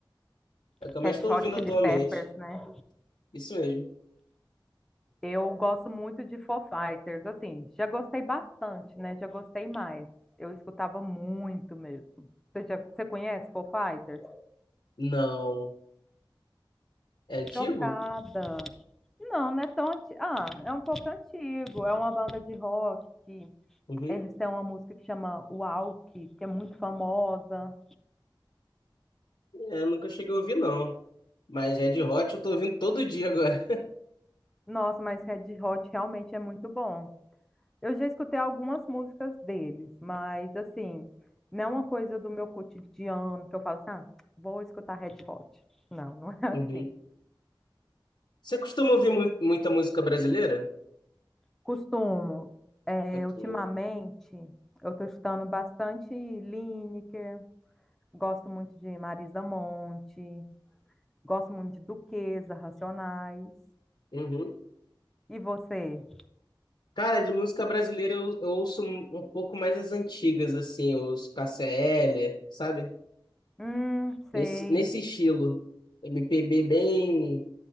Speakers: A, on the left; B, in the centre.
A: é o que eu mais
B: Red
A: tô
B: Hot
A: ouvindo
B: Chili
A: atualmente.
B: Peppers, né?
A: Isso mesmo.
B: Eu gosto muito de Foo Fighters, assim, já gostei bastante, né? Já gostei mais. Eu escutava muito mesmo. Você, já, você conhece Foo Fighters?
A: Não. É antigo?
B: Chocada. Não, não é tão antigo. Ah, é um pouco antigo. É uma banda de rock que
A: Uhum.
B: eles têm uma música que chama Walk, que é muito famosa.
A: É, nunca cheguei a ouvir, não. Mas Red Hot eu tô ouvindo todo dia agora. <laughs>
B: Nossa, mas Red Hot realmente é muito bom. Eu já escutei algumas músicas deles, mas assim, não é uma coisa do meu cotidiano que eu falo assim, ah, vou escutar Red Hot. Não, não é assim.
A: Uhum. Você costuma ouvir mu- muita música brasileira?
B: Costumo, é,
A: Aqui.
B: ultimamente, eu estou escutando bastante Lineker, gosto muito de Marisa Monte, gosto muito de Duquesa, Racionais.
A: Uhum.
B: E você?
A: Cara, de música brasileira eu, eu ouço um, um pouco mais as antigas, assim, os Cássia Eller, sabe?
B: Hum,
A: Nesse,
B: sei.
A: nesse estilo. MPB bem.